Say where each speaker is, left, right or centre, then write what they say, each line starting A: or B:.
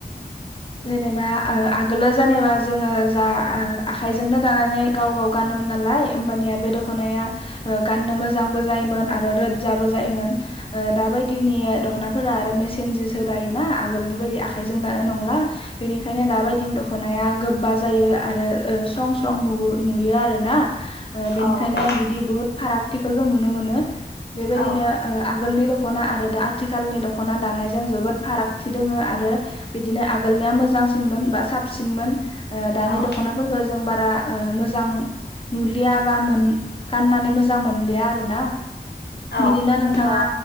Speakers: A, on the left; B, on the left.
A: जेनेबा ओ आगोलो जेनेबा जोंङो जा ओ आखाइजोंनो दानानै गाव-गाव गानोमोन नालाय होमबानिया बे दख'नाया ओ गाननो मोजांबो जायोमोन आरो रोजजाबो जायोमोन ओ दाबायदिनि दख'नाफोरा आरो मेसेनजोसो दायोना आगोलनि बायदि आखाइजों दानाय नंला। बेनिखायनो दाबायदिनि दख'नाया गोबबा जायो आरो ओ स्रं-स्रं नु-नुयो आरो ना। ओ बिनिखायनो
B: औ औ
A: बिदि बुहुत फाराग। हिखौ जों नुनो मोनो। बेबायदिनो
B: औ
A: ओ आगोलनि दख। दख'ना आरो दा आथिखालनि दख'ना दानायजों जोबोद फारागथि दोंङो आरो बिदिनो। आगोलनिया मोजांसिनमोन बा साबसिनमोन। ओ दानि
B: औ
A: दख'नाफोरखौ जों बारा ओ। मोजां नुलिया बा मोन गाननानै मोजां मोनलिया आरोना।
B: औ
A: बिदिनो नोंथाङा
B: ओ